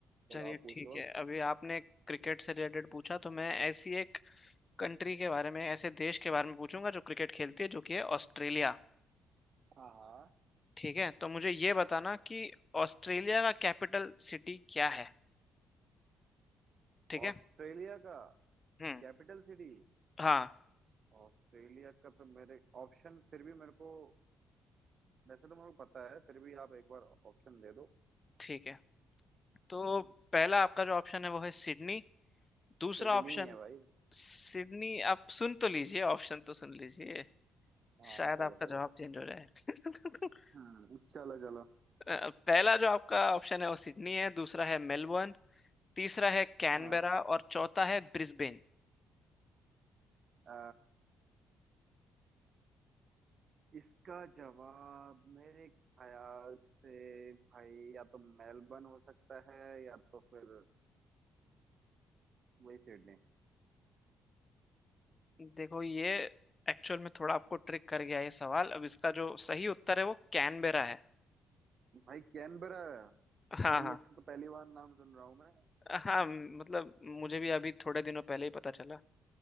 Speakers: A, on the left; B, on the right.
A: चलिए
B: चलो आप पूछ
A: ठीक
B: लो
A: है
B: अब
A: अभी आपने क्रिकेट से रिलेटेड पूछा तो मैं ऐसी एक कंट्री के बारे में ऐसे देश के बारे में पूछूंगा जो क्रिकेट खेलती है जो कि है ऑस्ट्रेलिया
B: हाँ हाँ
A: ठीक है तो मुझे ये बताना कि ऑस्ट्रेलिया का कैपिटल सिटी क्या है ठीक
B: ऑस्ट्रेलिया
A: है
B: का
A: हम्म
B: कैपिटल सिटी
A: हाँ
B: ऑस्ट्रेलिया का तो मेरे ऑप्शन फिर भी मेरे को वैसे तो मेरे को पता है फिर भी आप एक बार ऑप्शन दे दो
A: ठीक है तो
B: हम्म
A: पहला आपका जो ऑप्शन है वो है सिडनी दूसरा
B: सिडनी
A: ऑप्शन
B: है भाई
A: सिडनी आप सुन तो लीजिए ऑप्शन तो सुन लीजिए
B: हाँ
A: शायद
B: चलो
A: आपका
B: चलो
A: जवाब चेंज हो जाए <laughs>
B: हम्म चलो चलो
A: अ, पहला जो आपका ऑप्शन है वो सिडनी है दूसरा है मेलबर्न तीसरा है कैनबेरा
B: हाँ
A: और चौथा है ब्रिस्बेन
B: अ, इसका जवाब मेरे ख्याल से भाई या तो मेलबर्न हो सकता है या तो फिर वही सिडनी
A: देखो ये एक्चुअल में थोड़ा आपको ट्रिक कर गया ये सवाल अब इसका जो सही उत्तर है वो कैनबेरा है
B: भाई कैनबरा
A: हाँ
B: भाई
A: हाँ
B: इसका तो पहली बार नाम सुन रहा हूँ मैं
A: हाँ मतलब मुझे भी अभी थोड़े दिनों पहले ही पता चला